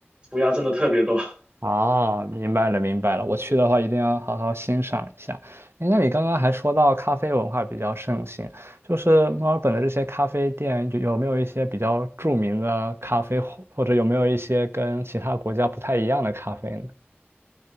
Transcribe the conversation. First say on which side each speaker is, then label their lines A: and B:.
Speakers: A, on the right; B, on the right.
A: 涂鸦真的特别多。
B: 哦，明白了，明白了。我去的话，一定要好好欣赏一下。哎，那你刚刚还说到咖啡文化比较盛行，就是墨尔本的这些咖啡店，有有没有一些比较著名的咖啡，或或者有没有一些跟其他国家不太一样的咖啡呢？